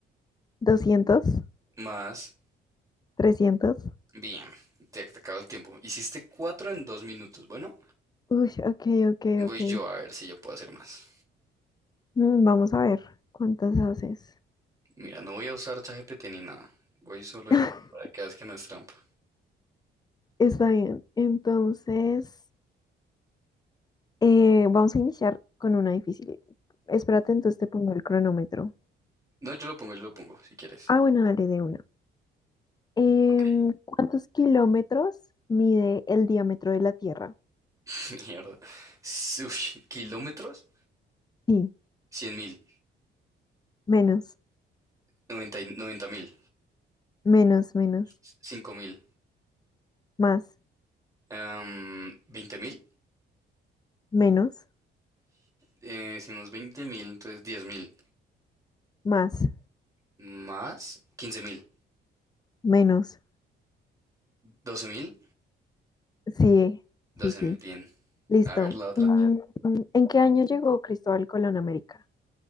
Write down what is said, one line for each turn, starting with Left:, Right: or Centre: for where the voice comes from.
Left: doscientos,
Right: Más.
Left: trescientos.
Right: Bien. Te, te acabo el tiempo. Hiciste 4 en 2 minutos. Bueno,
Left: Uy, ok, ok,
Right: voy
Left: ok.
Right: yo a ver si yo puedo hacer más.
Left: Mm, Vamos a ver cuántas haces.
Right: Mira, no voy a usar ChatGPT ni nada. Voy solo
Left: <laughs>
Right: yo. Para que veas que no es trampa.
Left: Está bien. Entonces, eh, vamos a iniciar con una difícil. Espérate, entonces te pongo el cronómetro.
Right: No, yo lo pongo, yo lo pongo, si quieres.
Left: Ah, bueno, dale de una. Em,
Right: Ok.
Left: ¿cuántos kilómetros mide el diámetro de la Tierra?
Right: <laughs> Mierda. Ush, ¿kilómetros?
Left: Sí,
Right: cien mil.
Left: menos,
Right: noventa mil.
Left: menos, menos,
Right: cinco mil.
Left: más,
Right: Em, ¿20 mil?
Left: menos,
Right: Eh, si unos 20 mil, entonces 10 mil.
Left: más,
Right: Más quince mil.
Left: menos.
Right: doce mil.
Left: Sí,
Right: doce
Left: sí, sí.
Right: mil, bien.
Left: Listo.
Right: A ver la otra.
Left: Mm, ¿en qué año llegó Cristóbal Colón a América?